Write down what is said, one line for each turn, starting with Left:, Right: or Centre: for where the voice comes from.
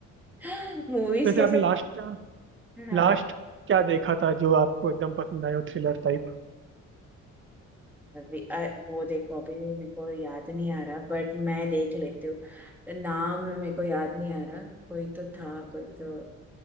Centre: <laughs> मूवीज
Right: वैसे
Centre: कैसे
Right: आपने लास्ट
Centre: हाँ
Right: लास्ट क्या देखा था जो आपको एकदम पसंद आया हो थ्रिलर टाइप
Centre: अभी अ, वो देखो अभी मेरे को याद नहीं आ रहा बट मैं देख लेती हूँ नाम मेरे को याद नहीं आ रहा कोई तो था कोई तो